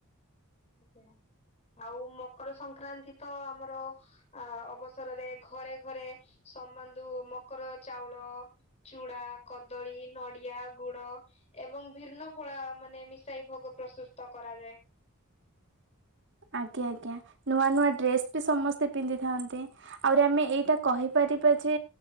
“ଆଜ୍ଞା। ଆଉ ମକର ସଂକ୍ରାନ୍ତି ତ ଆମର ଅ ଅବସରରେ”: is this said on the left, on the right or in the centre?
Left